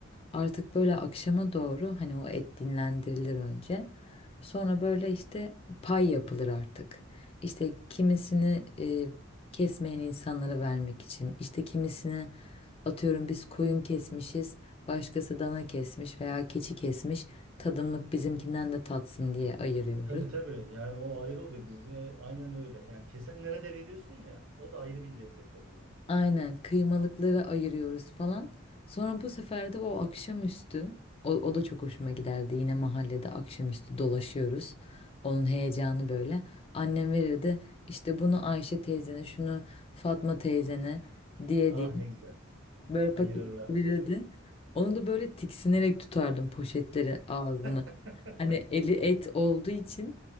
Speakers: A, on the left (about 30°); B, on the right (about 70°).
A: Artık böyle akşama doğru hani o et dinlendirilir önce. Sonra böyle işte pay yapılır artık. İşte kimisini eee, kesmeyen insanlara vermek için, işte kimisini atıyorum biz koyun kesmişiz, başkası dana kesmiş veya keçi kesmiş. Tadımlık bizimkinden de tatsın diye ayırıyoruz.
B: Tabii tabii. Yani o ayrı oluyor. Bizde aynen öyle. Yani kesenlere de veriyorsun ya. O da ayrı bir lezzet oluyor yani.
A: Aynen kıymalıkları ayırıyoruz falan. Sonra bu sefer de o akşamüstü o, o da çok hoşuma giderdi. Yine mahallede akşamüstü dolaşıyoruz. Onun heyecanı böyle. Annem verirdi işte bunu Ayşe teyzene, şunu Fatma teyzene diye
B: Ah
A: diye
B: ne güzel.
A: böyle
B: Ayırırlardı
A: paket verirdi.
B: evet.
A: Onu da böyle tiksinerek tutardım poşetleri ağzına.
B: <laughs>
A: Hani eli et olduğu için